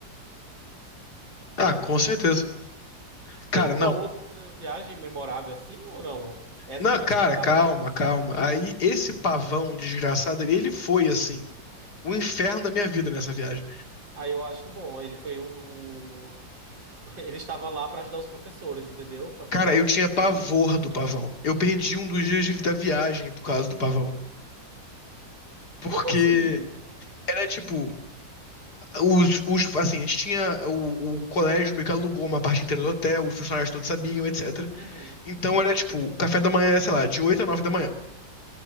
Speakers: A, on the right (about 85°); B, on the left (about 60°).
A: Sei
B: Ah, com
A: não.
B: certeza. Cara,
A: Tem alguma
B: não.
A: outra viagem memorável assim ou não? Essa
B: Não,
A: foi
B: cara,
A: a,
B: calma,
A: a mais.
B: calma. Aí esse pavão desgraçado ali, ele foi assim, o inferno da minha vida nessa viagem.
A: Ah, eu acho bom. Ele foi o, o- <laughs> Ele estava lá para ajudar os professores, entendeu? Para vingar
B: Cara, eu
A: os
B: tinha
A: professores.
B: pavor do pavão. Eu perdi um dos dias de- da viagem por causa do pavão. Porque
A: Como assim?
B: era tipo, os, os assim, a gente tinha o, o colégio meio que alugou uma parte inteira do hotel, os funcionários todos sabiam, etc.
A: Uhum.
B: Então era tipo, café da manhã, sei lá, de 8 a 9 da manhã.